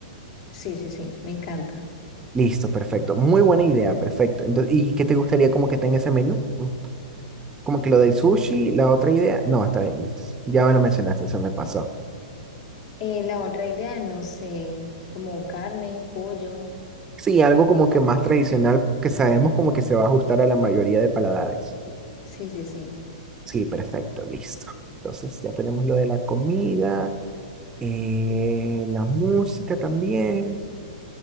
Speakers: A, on the left (about 50°); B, on the right (about 15°).
A: Sí, sí, sí, me encanta.
B: Listo, perfecto. Muy buena idea, perfecto. Entonces, ¿y qué te gustaría como que tenga ese menú? Mm, Como que lo del sushi, la otra idea. No, está bien, listo. Ya me lo mencionaste, se me pasó.
A: Eh, la otra idea, no sé, como carne, pollo.
B: Sí, algo como que más tradicional que sabemos como que se va a ajustar a la mayoría de paladares.
A: Sí, sí, sí.
B: Sí, perfecto, listo. Entonces ya tenemos lo de la comida, eh, la música también,